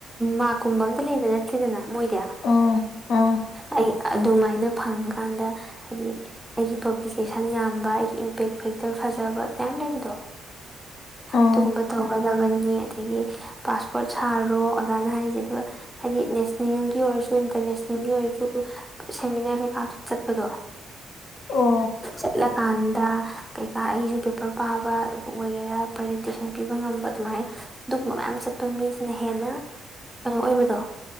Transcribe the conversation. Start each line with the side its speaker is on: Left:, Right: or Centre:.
Centre: ꯃꯥꯔꯛꯀꯨꯝꯕ ꯑꯝꯇ ꯂꯩꯕ ꯅꯠꯇꯦꯗꯅ ꯃꯣꯏꯗꯤ
Left: ꯎꯝ ꯎꯝ
Centre: ꯑꯩ ꯑꯗꯨꯃꯥꯏꯅ ꯐꯪꯉꯀꯥꯟꯗ ꯍꯥꯏꯗꯤ ꯑꯩꯒꯤ ꯄꯕ꯭ꯂꯤꯀꯦꯁꯟ ꯌꯥꯝꯕ ꯑꯩꯒꯤ ꯏꯝꯄꯦꯛ ꯐꯦꯛꯇꯔ ꯐꯖꯕ ꯃꯌꯥꯝ ꯂꯩꯕꯗꯣ
Left: ꯎꯝ
Centre: ꯑꯗꯨꯒꯨꯝꯕ ꯇꯧꯒꯗꯕꯅꯤ ꯑꯗꯒꯤ ꯄꯥꯁꯄꯣꯔꯠ ꯁꯥꯔꯣ ꯑꯣꯖꯥꯅ ꯍꯥꯏꯔꯤꯁꯦ ꯑꯗꯨꯒ ꯍꯥꯏꯗꯤ ꯅꯦꯁꯅꯦꯜꯒꯤ ꯑꯣꯏꯔꯁꯨ ꯏꯟꯇꯔꯅꯦꯁꯅꯦꯜꯒꯤ ꯑꯣꯏꯔꯁꯨ ꯁꯦꯃꯤꯅꯥꯔ ꯆꯠꯄꯗꯣ
Left: ꯑꯣ
Centre: ꯆꯠꯂ ꯀꯥꯟꯗ ꯀꯩꯀꯥ ꯑꯩꯁꯨ ꯄꯦꯄꯔ ꯄꯥꯕ ꯑꯗꯨ ꯑꯣꯏꯒꯦꯔꯥ ꯄ꯭ꯔꯖꯦꯟꯇꯦꯁꯟ ꯄꯤꯕ ꯉꯝꯕ ꯑꯗꯨꯃꯥꯏꯅ ꯑꯗꯨꯒꯨꯝꯕ ꯃꯌꯥꯝ ꯆꯠꯄ ꯃꯤꯁꯤꯅ ꯍꯦꯟꯅ ꯀꯩꯅꯣ ꯑꯣꯏꯕꯗꯣ